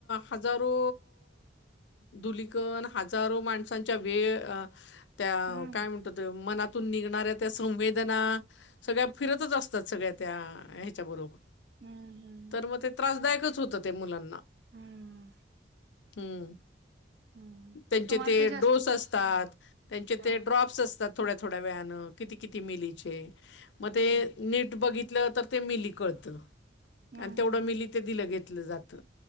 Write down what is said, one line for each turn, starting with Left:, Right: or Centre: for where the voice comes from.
Left: हजारो धुलीकन हजारो माणसांच्या वेव. त्या
Right: हम्म
Left: काय म्हणता ते मना तुन निघणाऱ्या त्या संवेदना सगळ्या फिरतच असतात, सगळ्या त्या ह्याच्या बरोबर.
Right: हम्म हम्म
Left: तर मग ते त्रासदायकच होतं, ते मुलांना.
Right: हम्म
Left: हम्म!
Right: हम्म
Left: त्यांचे
Right: तुम्हाला
Left: ते
Right: जास्त
Left: डोस असतात.
Right: ह
Left: त्यांचे
Right: ह
Left: ते ड्रॉप्स असतात थोड्या थोड्या वेयानें किती किती मिलीचे. मग ते
Right: हम्म
Left: नीट बघितलं तर ते मिली कळतं.
Right: हम्म
Left: आणि तेवढं मिली दिलं घेतलं जात.